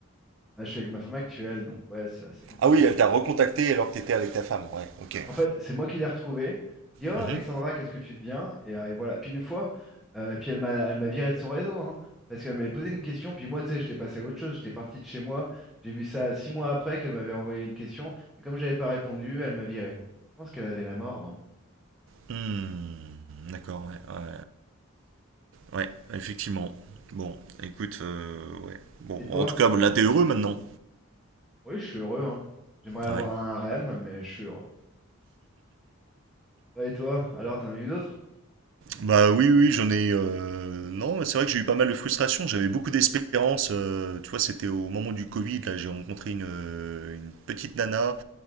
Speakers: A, in the centre; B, on the right.
A: ça. Là, je suis avec ma femme actuelle, donc ouais, c'est assez compliqué.
B: Ah oui, elle t'a recontacté alors que t'étais avec ta femme. Ouais, ok.
A: En fait, c'est moi qui l'ai retrouvée. Je dis, oh
B: Mhm.
A: Alexandra, qu'est-ce que tu deviens? Et, euh, et voilà. Puis une fois, euh, et puis elle m'a, elle m'a viré de son réseau, hein, parce qu'elle m'avait posé une question. Puis moi, tu sais, j'étais passé à autre chose. J'étais parti de chez moi. J'ai vu ça six mois après qu'elle m'avait envoyé une question. Et comme j'avais pas répondu, elle m'a viré. Je pense qu'elle avait la mort dans le-
B: Hmm, D'accord, ouais, ouais, ouais, ouais, effectivement. Bon, écoute, euh, ouais. Bon,
A: Et toi?
B: en tout cas, là, t'es heureux maintenant.
A: Oui, je suis heureux, hein. J'aimerais avoir
B: Ouais.
A: un REM, mais je suis heureux. Ouais, et toi? Alors, t'en as eu d'autres?
B: Bah oui, oui, j'en ai. euh, Non, c'est vrai que j'ai eu pas mal de frustration. J'avais beaucoup d'espérance. euh, tu vois, c'était au moment du Covid. Là, j'ai rencontré une, euh, une petite nana